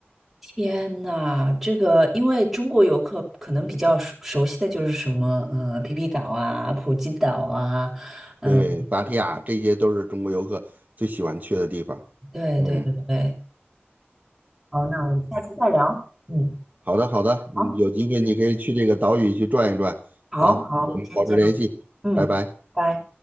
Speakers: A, in the centre; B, on the right.
A: 天呐，这个因为中国游客可能比较熟熟悉的就是什么，呃，皮皮岛啊、普吉岛啊，嗯，
B: 对，芭提雅这些都是中国游客最喜欢去的地方。
A: 对对对。
B: 嗯，
A: 好，那我们下次再聊。嗯，
B: 好的好的，
A: 好，
B: 嗯有机会你可以去这个岛屿去转一转。
A: 好，
B: 好，
A: 好，
B: 我们保持联系，
A: 先这样，嗯，
B: 拜拜。
A: 拜。